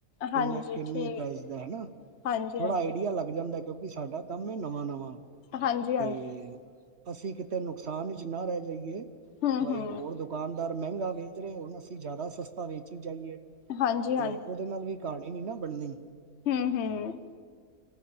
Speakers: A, on the left (about 55°); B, on the right (about 50°).
A: ਹਾਂਜੀ
B: ਕਿੰਨੇ ਕਿੰਨੀ
A: ਠੀਕ
B: ਪ੍ਰਾਈਜ਼
A: ਹੈ
B: ਦਾ ਹੈਨਾ,
A: ਹਾਂਜੀ
B: ਥੋੜਾ
A: ਹਾਂਜੀ
B: ਆਈਡੀਆ ਲੱਗ ਜਾਂਦਾ ਕਿਉਂ ਵੀ ਸਾਡਾ ਕੰਮ ਹੈ ਨਵਾਂ-ਨਵਾਂ
A: ਹਾਂਜੀ
B: ਤੇ
A: ਹਾਂਜੀ
B: ਅਸੀਂ ਕਿਤੇ ਨੁਕਸਾਨ ਵਿੱਚ ਨਾ ਰਹਿ ਜਾਈਏ,
A: ਹਮ
B: ਬਾਈ
A: ਹਮ
B: ਹੋਰ ਦ ਦੁਕਾਨਦਾਰ ਮਹਿੰਗਾ ਵੇਚ ਰਹੇ ਹੋਣ, ਅਸੀਂ ਜ਼ਿਆਦਾ ਸਸਤਾ ਵੇਚੀ ਜਾਈਏ।
A: ਹਾਂਜੀ
B: ਤੇ ਉਹਦੇ ਨਾਲ ਵੀ ਕਹਾਣੀ ਨੀ ਨਾ ਬਣਨੀ।
A: ਹੂੰ-ਹੂੰ,